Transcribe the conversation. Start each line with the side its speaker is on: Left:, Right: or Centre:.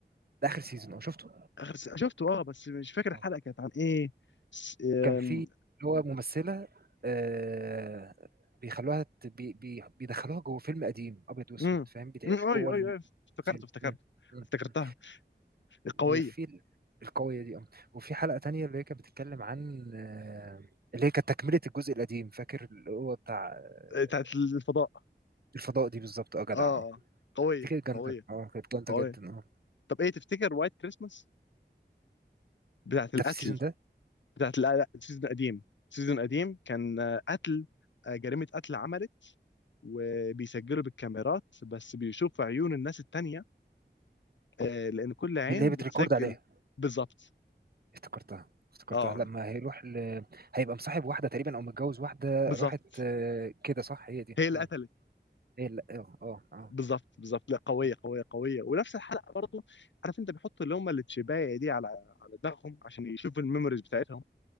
Right: ده اخر سيزون اه شفته
Left: اخر سيزون شفته اه بس مش فاكر
Right: اه
Left: الحلقه كانت عن ايه س... آم،
Right: كان في اللي هو ممثله آه، بيخلوها ت- بي بي بيدخلوها جوه فيلم قديم ابيض واسود
Left: امم
Right: فاهم بتعيش
Left: اي
Right: جوه
Left: اي
Right: الفيلم
Left: اي افتكرت افتكرت
Right: م- م-
Left: افتكرتها
Right: م.
Left: القويه
Right: وفي القوية دي اه وفي حلقة تانية اللي هي كانت بتتكلم عن آه، اللي هي كانت تكملة الجزء القديم فاكر اللي هو بتاع آه،
Left: آه، بتاعت الفضاء
Right: الفضاء دي بالظبط اه جدع
Left: اه
Right: اه
Left: اه قويه
Right: دي كانت جامدة
Left: قويه
Right: اه كانت جامدة
Left: قويه
Right: جدا اه
Left: طب ايه تفتكر وايت كريسماس بتاعت القتل
Right: ده في السيزون ده
Left: بتاعت لا لا سيزون قديم سيزون قديم كان آه، قتل آه، جريمه قتل عملت وبيسجلوا بالكاميرات بس بيشوفوا عيون الناس التانية آه، لان كل عين
Right: اللي هي بتريكورد
Left: بتسجل
Right: عليها
Left: بالظبط
Right: افتكرتها افتكرتها
Left: اه
Right: لما هيروح ل... هيبقى مصاحب واحدة تقريبا او متجوز واحدة
Left: بالظبط
Right: راحت آه، كده صح هي دي
Left: هي اللي
Right: مم.
Left: قتلت
Right: هي لا اه اه اه
Left: بالظبط بالظبط لا قويه
Right: مم.
Left: قويه قويه ونفس الحلقه برضو عارف انت بيحطوا اللي هم التشبايه دي على على دماغهم عشان يشوفوا الميموريز بتاعتهم